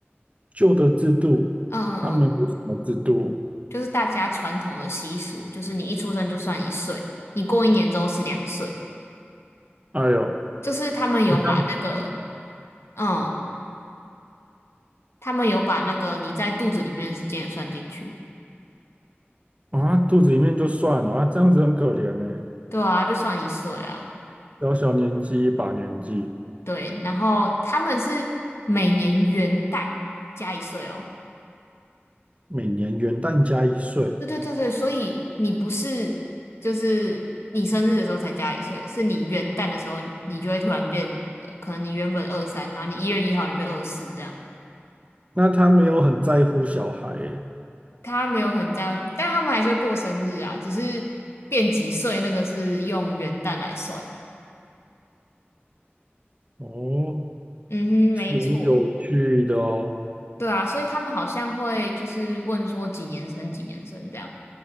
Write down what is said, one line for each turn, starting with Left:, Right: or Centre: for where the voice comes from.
Right: 旧的制度，
Left: 嗯嗯嗯，
Right: 他们有什么制度？
Left: 就是大家传统的习俗，就是你一出生就算一岁，你过一年之后是两岁。
Right: 哎呦，
Left: 就是他们有把那个，
Right: 好像
Left: 嗯，他们有把那个你在肚子里面的时间也算进去。
Right: 啊，肚子里面就算了啊，这样子很可怜呢。
Left: 对啊，就算一岁啊。
Right: 小小年纪一把年纪，
Left: 对，然后他们是每年元旦加一岁哦。
Right: 每年元旦加一岁，
Left: 对对对对，所以你不是就是你生日的时候才加一岁，是你元旦的时候你就会突然变，呃可能你原本二三，然后你一月一号你变二四这样。
Right: 那他没有很在乎小孩耶。
Left: 他没有很这样，但他们还是会过生日啊，只是变几岁那个是用元旦来算。
Right: 哦，
Left: 嗯哼，
Right: 挺有趣的哦。
Left: 没错，对啊，所以他们好像会就是问说几年生几年生这样